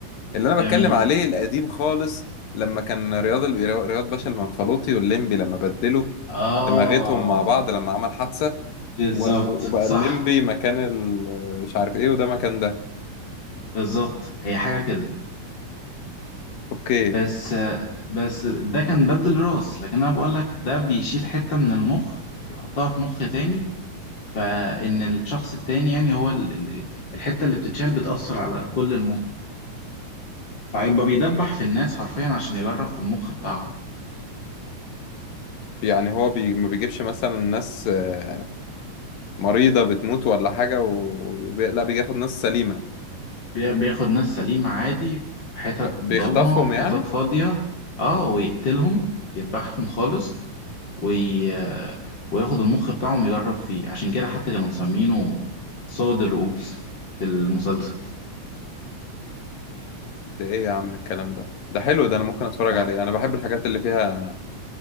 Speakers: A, on the left; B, on the left.
A: اللي انا
B: جميل
A: بتكلم عليه القديم خالص لما كان رياض رياض باشا المنفلوطي والليمبي لما بدلوا
B: آه
A: دماغتهم مع بعض لما عمل حادثه
B: بالظبط
A: و- وبقى
B: صح
A: الليمبي مكان ال- مش عارف ايه وده مكان ده
B: بالظبط هي حاجة كده
A: اوكي
B: بس آه، بس ده كان بدل راس لكن أنا بقول لك ده بيشيل حتة من المخ يحطها في مخ تاني فإن الشخص التاني يعني هو ال- ال- الحتة اللي بتتشال بتأثر على كل المخ فهيبقى بيدبح في الناس حرفيا عشان يجرب في المخ بتاعهم
A: يعني هو بي ما بيجيبش مثلا ناس آه، مريضه بتموت ولا حاجه و... بي- لا بياخد ناس سليمه
B: بي- بياخد ناس سليمة عادي في حتت
A: بيخطفهم
B: ضلمة وحتت
A: يعني
B: فاضية اه ويقتلهم يذبحهم خالص وي... وياخد المخ بتاعهم يجرب فيه عشان كده حتى كانوا مسمينه صاد الرؤوس في المسلسل
A: ده ايه يا عم الكلام ده ده حلو ده انا ممكن اتفرج
B: لا
A: عليه انا بحب الحاجات اللي فيها